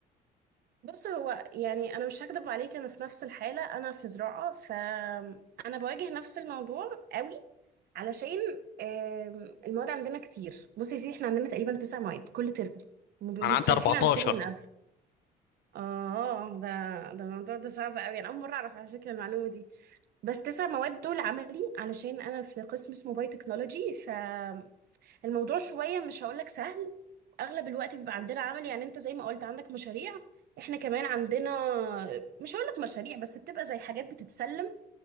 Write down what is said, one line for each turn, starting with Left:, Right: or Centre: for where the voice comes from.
Right: بص هو يعني انا مش هكدب عليك انا في نفس الحالة انا في زراعة فانا بواجه نفس الموضوع قوي علشان آم، المواد عندنا كتير بص يا سيدي احنا عندنا تقريبا تسع مواد كل ترم وبيبقوا
Left: انا
Right: مختلفين
Left: عندي 14
Right: عن الترم اللي قبله اه ده ده الموضوع ده صعب قوي انا اول مرة اعرف على فكرة المعلومة دي بس تسع مواد دول عملي علشان انا في قسم اسمه باي تكنولوجي فالموضوع شويه مش هقولك سهل اغلب الوقت بيبقى عندنا عملي يعني انت زي ما قلت عندك مشاريع احنا كمان عندنا مش هقولك مشاريع بس بتبقى زي حاجات بتتسلم